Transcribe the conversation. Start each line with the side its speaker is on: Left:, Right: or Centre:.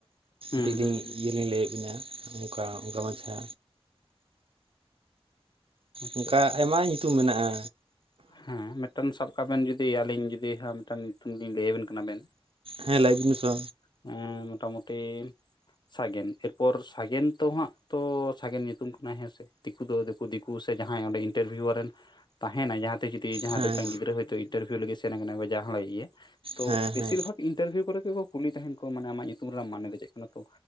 Left: ᱦᱩᱸ
Right: ᱫᱤᱞᱤᱧ
Left: ᱦᱩᱸ
Right: ᱤᱭᱟᱹ ᱞᱤᱧ ᱞᱟᱹᱭᱮᱫ ᱵᱤᱱᱟ ᱚᱱᱠᱟ ᱚᱱᱠᱟ ᱢᱟᱪᱷᱟ,
Left: ᱟᱪᱪᱷᱟ
Right: ᱚᱱᱠᱟ
Left: ᱟᱪᱪᱷᱟ
Right: ᱟᱭᱢᱟ ᱧᱩᱛᱩᱢ ᱢᱮᱱᱟᱜ-ᱟ᱾
Left: ᱦᱮᱸ ᱢᱤᱫᱴᱟᱝ ᱥᱟᱵ ᱠᱟᱜ ᱵᱮᱱ ᱡᱩᱫᱤ ᱟᱹᱞᱤᱧ ᱡᱩᱫᱤ ᱦᱮ ᱢᱤᱫᱴᱮᱱ ᱧᱩᱛᱩᱢ ᱞᱤᱧ ᱞᱟᱹᱭᱟ ᱵᱮᱱ ᱠᱟᱱᱟ ᱵᱮᱱ ᱾
Right: ᱦᱮᱸ ᱞᱟᱭ ᱵᱤᱱ ᱥᱚ
Left: ᱮᱸᱻ ᱢᱚᱴᱟᱢᱩᱴᱤ, ᱥᱟᱜᱮᱱ ᱮᱨᱯᱚᱨ ᱥᱟᱜᱮᱱ ᱛᱚ ᱦᱟᱸᱜ ᱛᱚ ᱥᱟᱜᱮᱱ ᱧᱩᱛᱩᱢ ᱠᱟᱱᱟ ᱦᱮᱸ ᱥᱮ, ᱫᱤᱠᱩ ᱫᱚ ᱫᱤᱠᱩ ᱫᱤᱠᱩ ᱥᱮ ᱡᱟᱦᱟᱸᱭ ᱚᱸᱰᱮ ᱤᱱᱴᱟᱨᱵᱷᱤᱭᱩ ᱨᱮᱱ ᱛᱟᱦᱮᱱᱟᱭ ᱡᱟᱦᱟᱸ, ᱡᱟᱦᱟᱸ
Right: ᱦᱮᱸ
Left: ᱫᱚ ᱢᱤᱫᱴᱟᱝ ᱜᱤᱫᱽᱨᱟᱹ ᱦᱚᱛᱳ ᱤᱱᱴᱟᱨᱵᱷᱤᱭᱩ ᱞᱟᱹᱜᱤᱫ ᱥᱮᱱ ᱟᱠᱟᱱᱟ ᱡᱟᱦᱟᱸ ᱞᱟᱜᱤᱫ ᱜᱮ, ᱛᱚ
Right: ᱦᱮᱸ
Left: ᱵᱮᱥᱤᱨ
Right: ᱦᱮᱸ
Left: ᱵᱷᱟᱜᱽ ᱤᱱᱴᱟᱨᱵᱷᱤᱭᱩ ᱠᱚᱨᱮ ᱠᱚ ᱠᱩᱞᱤ ᱛᱟᱦᱮᱱ ᱠᱚ ᱢᱟᱱᱮ ᱟᱢᱟᱜ ᱧᱩᱛᱩᱢ ᱨᱮᱱᱟᱜ ᱢᱟᱱᱮ ᱫᱚ ᱪᱮᱫ ᱠᱟᱱᱟ ᱛᱚ